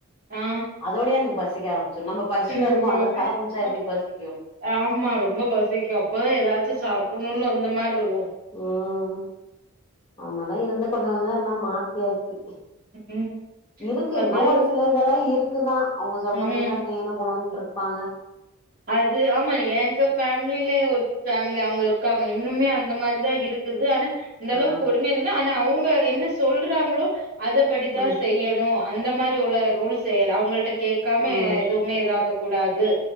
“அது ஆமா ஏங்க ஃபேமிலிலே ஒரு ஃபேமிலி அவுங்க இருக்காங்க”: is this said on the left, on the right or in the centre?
Right